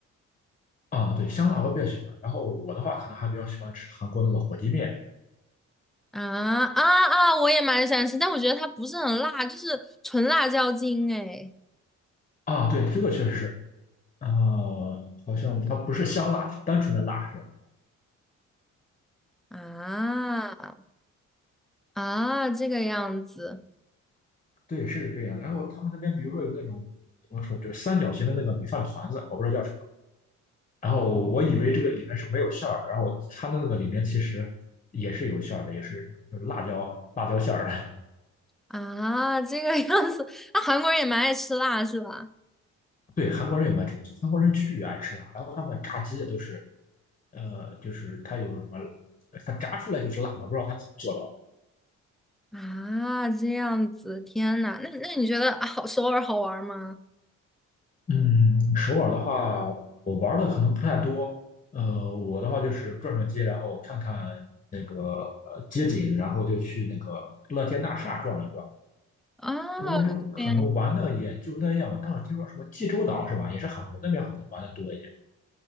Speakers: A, on the left; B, in the centre.
A: 啊，对，香辣我比较喜欢。然后我的话，可能还比较喜欢吃韩国那个火鸡面。
B: 啊啊啊！我也蛮喜欢吃，但我觉得它不是很辣，就是纯辣椒精哎。
A: 啊，对，这个确实是，啊、好像它不是香辣，单纯的辣是吧？
B: 啊啊，这个样子
A: 对，是这样的。然后他们那边，比如说有那种怎么说，就是三角形的那个米饭团子，我不知道叫什么。然后我以为这个里面是没有馅儿的，然后它的那个里面其实也是有馅儿的，也是那个辣椒辣椒馅儿的。
B: 啊，这个样子。那、韩国人也蛮爱吃辣是吧？
A: 对，韩国人也蛮吃，韩国人巨爱吃辣，然后他们炸鸡都是，呃，就是它有什么，它炸出来就是辣的，不知道它怎么做到。
B: 啊，这样子，天呐，那那你觉得啊好首尔好玩吗？
A: 嗯，首尔的话，我玩的可能不太多。呃，我的话就是转转街，然后看看那个呃街景，然后就去那个乐天大厦转一转。
B: 啊，
A: 我跟你说，可能玩的也就那样吧。
B: 这样
A: 但我听说什么济州岛是吧，也是韩国那边好像玩的多一点。